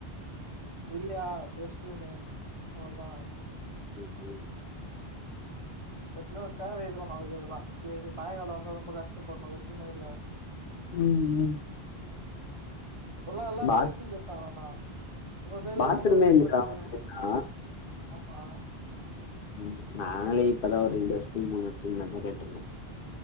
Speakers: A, on the right; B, on the left.
A: இல்லியா ரெஸ்ட் ரூமு அவுள்தா
B: <unintelligible>
A: ம் எப்மே தேவை எதுகோனாலு கேக்குதா சேரி மயகால வந்து ரொம்ப கஷ்ட படணு வேஸ்டனே இல்ல
B: ம் ம்
A: இப்பல்லா எல்லாமே
B: பாத்
A: ரெஸ்ட் ரூமு கட்டாங்கல்லணா உங்க சைட்ல
B: பாத்ரூமே
A: எல்லாமே ரெஸ்டும்
B: இல்லையா
A: கட்டி வச்சிருக்காங்க
B: உங்க சைட்லா
A: ஆமா
B: ம் நாங்களே இப்பதா ஒரு ரெண்டு வருஷத்துக்கு மூணு வருஷத்துக்குள்ளதா கட்ருக்கோ